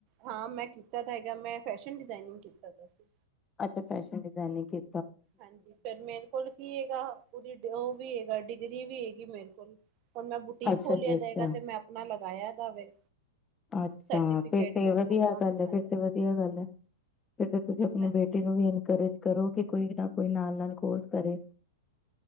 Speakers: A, on the right (about 35°); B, on the left (about 20°).
A: ਹਾਂ, ਮੈਂ ਕੀਤਾ ਤਾਂ ਹੈਗਾ, ਮੈਂ ਫੈਸ਼ਨ ਡਿਜ਼ਾਇਨਿੰਗ ਕੀਤਾ ਦਾ ਸੀ।
B: ਅੱਛਾ, ਫੈਸ਼ਨ ਡਿਜ਼ਾਇਨਿੰਗ ਕੀ
A: ਹਾਂਜੀ, ਪਰ ਮੇਰੇ ਕੋਲ ਕੀ ਹੈਗਾ। ਉਹਦੀ, ਉਹ ਵੀ ਹੈਗਾ, ਡਿਗਰੀ ਵੀ ਹੈਗੀ ਮੇਰੇ ਕੋਲ, ਹੁਣ ਮੈਂ ਬੁਟੀਕ
B: ਅੱਛਾ
A: ਖੋਲਿਆ
B: ਜੀ
A: ਜਾਏਗਾ
B: ਅੱਛਾ
A: ਤੇ ਮੈਂ ਆਪਣਾ ਲਗਾਇਆ ਦਾ ਵੇ।
B: ਅੱਛਾ,
A: ਸਰਟੀਫਿਕੇਟ
B: ਫੇਰ ਤੇ
A: ਡਿਪਲੋਮਾ
B: ਵਧੀਆ ਗੱਲ ਹੈ,
A: ਹਾਂਜੀ
B: ਫੇਰ ਤੇ ਵਧੀਆ ਗੱਲ ਹੈ। ਫਿਰ ਤੇ ਤੁਸੀਂ, ਆਪਣੇ
A: ਹਾਂਜੀ
B: ਬੇਟੀ ਨੂੰ ਵੀ ਇਨਕਰੇਜ ਕਰੋ ਕਿ, ਕੋਈ ਨਾ ਕੋਈ, ਨਾਲ -ਨਾਲ ਕੋਰਸ ਕਰੇ।